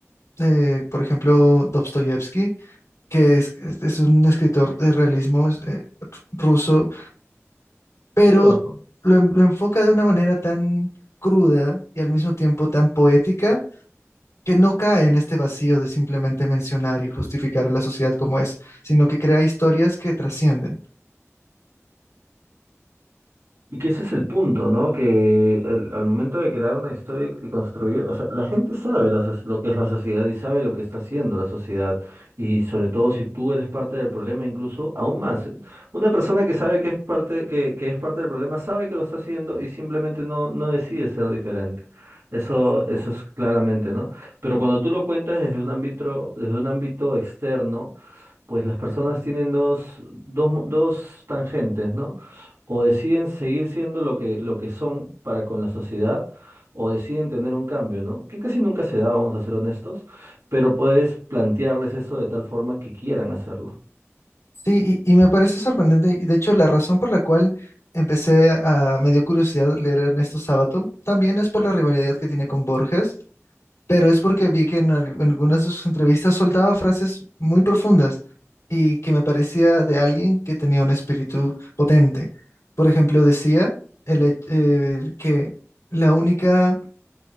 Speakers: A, on the left; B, on the right.
A: eh, por ejemplo, Dostoyevsky, que es, es- es un escritor de realismo es, eh, ruso, pero
B: Sí, lo conozco.
A: lo, en- lo enfoca de una manera tan cruda y al mismo tiempo tan poética. que no cae en este vacío de simplemente mencionar y justificar a la sociedad como es, sino que crea historias que trascienden.
B: Y que ese es el punto, ¿no? Que el- al momento de crear una historia y y construir, o sea, la gente sabe la so- lo que es la sociedad y sabe lo que está haciendo la sociedad. Y sobre todo si tú eres parte del problema, incluso aún más. Una persona que sabe que es parte, que, que es parte del problema sabe que lo está haciendo y simplemente no, no decide ser diferente. Eso, eso es claramente, ¿no? Pero cuando tú lo cuentas desde un ámbito, desde un ámbito externo, pues las personas tienen dos, dos, mo- dos tangentes, ¿no? O deciden seguir siendo lo que, lo que son para con la sociedad, o deciden tener un cambio, ¿no? Que casi nunca se da, vamos a ser honestos, pero puedes plantearles eso de tal forma que quieran hacerlo.
A: Sí, y, y me parece sorprendente. y De hecho, la razón por la cual empecé a, me dio curiosidad leer a Ernesto Sábato también es por la rivalidad que tiene con Borges, pero es porque vi que en, al- en algunas de sus entrevistas soltaba frases muy profundas y que me parecía de alguien que tenía un espíritu potente. Por ejemplo, decía el he- eh, que la única,